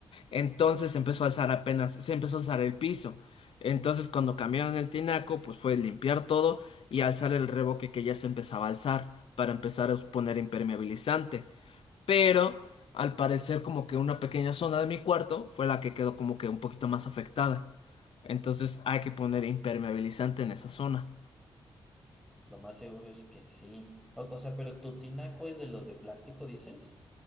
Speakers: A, on the left; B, in the centre.
A: Entonces se empezó a alzar apenas, se empezó a alzar el piso. Entonces cuando cambiaron el tinaco, pues fue limpiar todo y alzar el revoque que ya se empezaba a alzar para empezar a poner impermeabilizante. pero al parecer como que una pequeña zona de mi cuarto fue la que quedó como que un poquito más afectada. Entonces hay que poner impermeabilizante en esa zona.
B: Lo más seguro es que sí. O, o sea, pero tu tinaco es de los de plástico, dices.